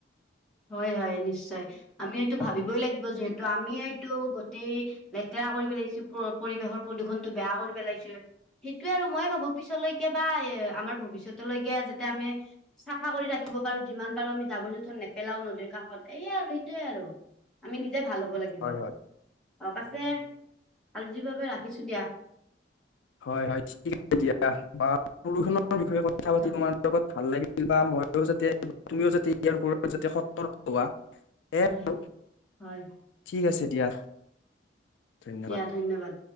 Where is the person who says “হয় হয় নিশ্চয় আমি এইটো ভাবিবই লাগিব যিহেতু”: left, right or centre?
Centre